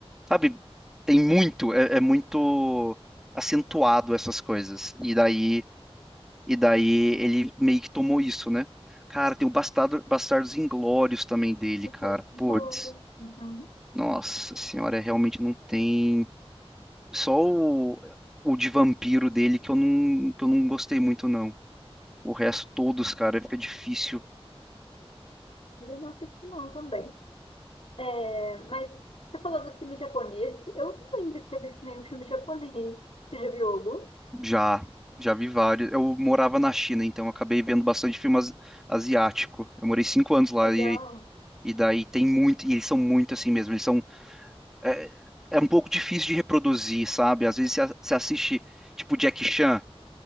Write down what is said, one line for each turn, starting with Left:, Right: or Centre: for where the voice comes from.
Centre: Sabe, tem muito, é, é muito acentuado essas coisas. E daí, e daí ele meio que tomou isso, né? Cara, tem o Bastardo, Bastardos Inglórios também dele,
Left: Nossa,
Centre: cara.
Left: Glória.
Centre: Putz,
Left: Uhum.
Centre: nossa senhora, é, realmente não tem Só o, o de vampiro dele que eu não, que eu não gostei muito, não. O resto, todos, cara, fica difícil.
Left: Eu não assisti não também. É, mas você falou dos filmes japoneses. Eu não lembro de ter visto nenhum filme japonês. Você já viu algum?
Centre: Já, já vi vários. Eu morava na China, então eu acabei vendo bastante filme asi- asiático. Eu morei cinco anos lá
Left: Legal.
Centre: e, e daí tem muito. E eles são muito assim mesmo. Eles são. É, é um pouco difícil de reproduzir, sabe? Às vezes você a- você assiste, tipo, Jack Chan.